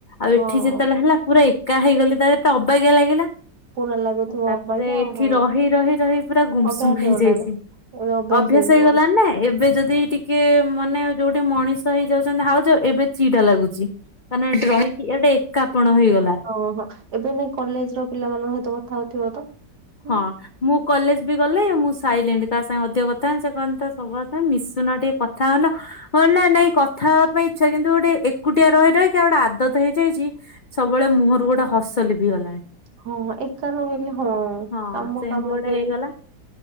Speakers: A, on the left; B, on the right.
A: ଆଉ
B: ହଁ
A: ଏଠି ଯେତେବେଳେ ହେଲା ପୁରା ଏକା ହେଇଗଲି ତା ହେଲେ ଅବାଗିଆ ଲାଗିଲା
B: ପୁରା ଲାଗୁଥିବ
A: ତାପରେ
B: ଅବାଗିଆ
A: ଏଠି
B: ଆଉ ହଁ
A: ରହି ରହି ରହି ପୁରା ଗୁମସୁମ
B: ଅଭ୍ୟାସ ହେଇଗଲାଣି।
A: ହେଇଯାଇଛି
B: ଏବେ
A: ଅଭ୍ୟାସ
B: ହେଇଯିବଣି
A: ହେଇଗଲାଣି ନା ଏବେ ଯଦି ଟିକେ କେ ମାନେ ଯୋଉଠି ମଣିଷ ହେଇଯାଉଛନ୍ତି ହାଉ ଯାଉ ଏବେ ଚିଡା ଲାଗୁଛି। ମାନେ ଏଠି ରହିକି ଏଟେ ଏକାପଣ ହେଇଗଲା।
B: ଓହୋ। ଏବେ ନାଇଁ କଲେଜ ର ପିଲାମାନଙ୍କ ସହିତ କଥା ହଉଥିବ ତ। ହୁଁ
A: ହଁ। ମୁଁ କଲେଜ ବି ଗଲେ ମୁଁ ସାଇଲେଣ୍ଟ କାହା ସାଙ୍ଗେ ଅଧିକ କଥା ସେ କହନ୍ତି ସବୁ କଥା ମିଶୁନ ଟିକେ କଥା ହଉନ। ହଁ ନାଁ ନାଇଁ କଥା ହେବା ପାଇଁ ଇଚ୍ଛା କିନ୍ତୁ ଗୋଟେ ଏକୁଟିଆ ରହି ରହି ଗୋଟେ ଆଦତ ହେଇଯାଇଛି। ସବୁବେଳେ ମୁହଁରୁ ଗୋଟେ ହସ ଲିଭିି ଗଲାଣି।
B: ହଁ ଏକା ରହିଲେ ହଁ।
A: ହଁ
B: କାମ
A: ସେମିତି
B: କାମ
A: ଗୋଟେ
B: କେମିତି
A: ହେଇଗଲା